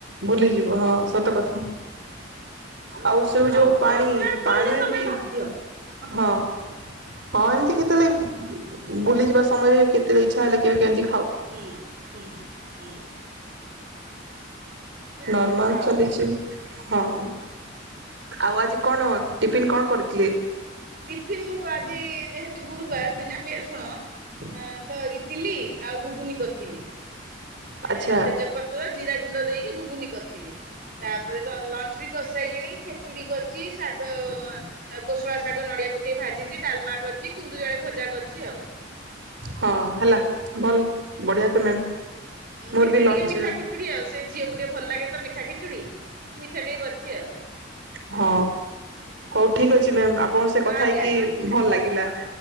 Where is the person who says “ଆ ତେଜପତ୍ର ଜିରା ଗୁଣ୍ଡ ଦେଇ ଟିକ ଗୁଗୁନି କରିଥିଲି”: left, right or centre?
Right